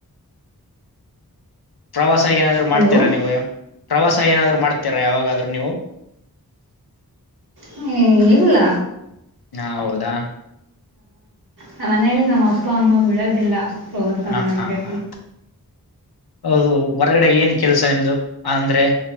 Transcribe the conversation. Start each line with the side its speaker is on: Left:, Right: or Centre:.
Left: ಪ್ರವಾಸ ಏನಾದ್ರು ಮಾಡ್ತೀರಾ
Right: ಹಲೋ
Left: ನೀವಯ್ಯ?? ಪ್ರವಾಸ ಏನಾದ್ರು ಮಾಡ್ತೀರಾ ಯಾವಾಗಾದ್ರೂ ನೀವು?
Right: ಹ್ಮ್ ಇಲ್ಲ.
Left: ಹಾ ಹೌದಾ
Right: ನ ಮನೇೆಯಲ್ಲಿ ನಮ್ಮ್ ಅಪ್ಪ ಅಮ್ಮ ಬಿಡೋದಿಲ್ಲ.
Left: ಹಾ
Right: ಮಾಡಾಗಿ
Left: ಹಾ ಹಾ ಹೌದು ಹೊರಗಡೆ ಏನ್ ಕೆಲ್ಸ ನಿಮ್ದು? ಅಂದ್ರೆ